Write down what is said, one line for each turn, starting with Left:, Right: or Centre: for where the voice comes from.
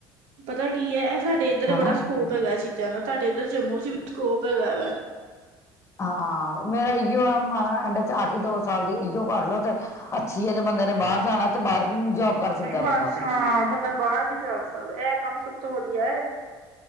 Right: ਪਤਾ ਕੀ ਏ ਸਾਡੇ ਏਧਰ ਬੜਾ
Left: ਹਨਾ
Right: ਸਕੋ ਪ ਹੈਗਾ ਚੀਜ਼ਾਂ ਦਾ, ਤਾਡੇ ਏਧਰ ਜੰਮੂ ਚ ਵੀ ਸਕੋਪ ਹੈਗਾ ਵੈ।
Left: ਹਾਂ, ਮੇਰਾ ਇਓ ਆ ਮਨ ਐਂਡ ਚ ਆ ਕੇ ਦੋ ਸਾਲ ਦੀ ਇਓ ਕਰਲੋ ਤੇ ਅੱਛੀ ਹੈ, ਜੇ ਬੰਦੇ ਨੇ ਬਾਰ ਜਾਣਾ ਤੇ ਬਾਰ ਵੀ ਜੋਬ ਕਰ ਸਕਦਾ ਏ
Right: ਬਸ
Left: ਬੰਦਾ।
Right: ਹਾਂ ਬੰਦਾ ਬਾਰ ਵੀ ਜਾ ਸਕਦਾ। ਏਹ ਕੰਮ ਸਭ ਤੋਂ ਵਧੀਆ ਐ।